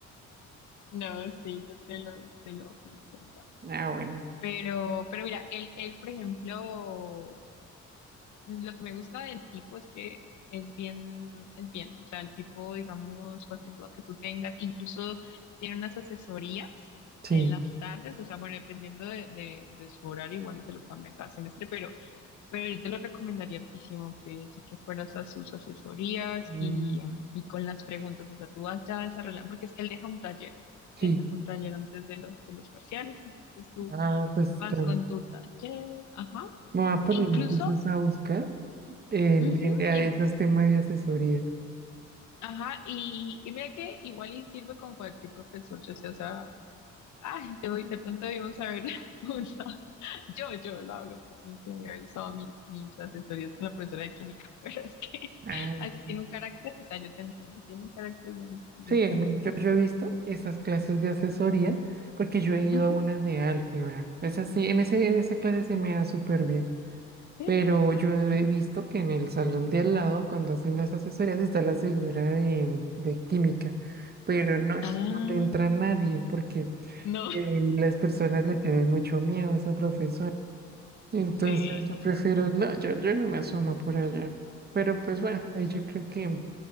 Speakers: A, on the left; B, on the right.
A: No, sí, yo te lo, te lo, te lo comparto.
B: Ah, bueno.
A: Pero, pero mira, él, él, por ejemplo, lo que me gusta del tipo es que es bien, es bien. O sea, el tipo, digamos, cualquier duda que tú tengas, incluso tiene unas asesorías
B: Sí.
A: en las tardes, o sea, bueno, dependiendo de, de, de su horario, igual y se lo cambia cada semestre, pero Pero te lo recomendaría hartísimo que sí que fueras a sus asesorías
B: Mm,
A: y, em, y con las preguntas, o sea, tú vas ya desarrollando, porque es que él deja un taller, ¿sí?
B: Sí.
A: Él deja un taller antes de los, de los parciales, entonces tú
B: Ah, pues
A: vas
B: claro.
A: con tu taller, ajá,
B: Me voy a poner
A: e incluso,
B: entonces a buscar. en,
A: ujú,
B: en- a
A: y-
B: esos temas de asesoría.
A: ajá, y, y mira que igual y sirve con cualquier profesor, yo sé, o sea, ay, de, hoy- de pronto debimos haber <laughs> usado Yo, yo lo hablo por mí, que he usado mis, mis asesorías con la profesora de química, <laughs> pero es que,
B: Ah,
A: ah, es que
B: sí,
A: tiene un carácter, o sea, yo te entiendo, tiene un carácter bien, bien
B: Sí,
A: complicado.
B: a mí- yo, yo he visto esas clases de asesoría porque yo he ido
A: Ujú,
B: a unas de álgebra. Es así, en ese, en esa clase se me da súper bien.
A: sí.
B: Pero
A: Ah,
B: yo he
A: bueno.
B: visto que en el salón de al lado, cuando hacen las asesorías, está la señora de, de química. Pero no, eso
A: Ah,
B: no le entra a nadie porque
A: no,
B: eh, las personas le tienen mucho miedo a esa profesora. Entonces
A: <laughs> sí.
B: yo prefiero, no, yo, yo no me asomo por allá. Pero pues bueno, ahí
A: Mm,
B: yo creo que